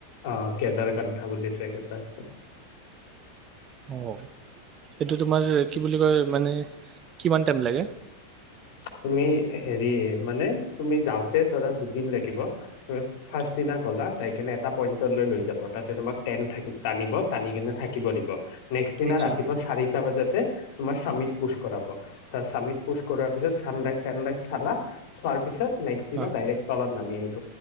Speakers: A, on the left; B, on the right.
A: অ, কেদাৰ কান্ঠ বুলি ট্ৰেক এটা আছে।
B: অহঁ, এইটো তোমাৰ কি বুলি কয় মানে। কিমান টাইম লাগে?
A: তুমি হেৰি মানে তুমি যাওঁতে ধৰা দুদিন লাগিব, তুমি ফাষ্টদিনা গলা চাই কিনে এটা পইণ্টলে লৈ যাব তাতে তোমাক টেন টানিব টানি কেনে থাকিব দিব। নেক্সট দিনা
B: আচ্ছা
A: ৰাতিপুৱা চাৰিটা বজাতে তোমাৰ স্বামী পোচ কৰাব তাৰ স্বামীত পোচ কৰাৰ পিছত চান্দাইক টান্দাইক চালা চোৱাৰ পিছত-। নেক্সট দিনা
B: অ
A: ডাইৰেক্ তলত নামি আহিব।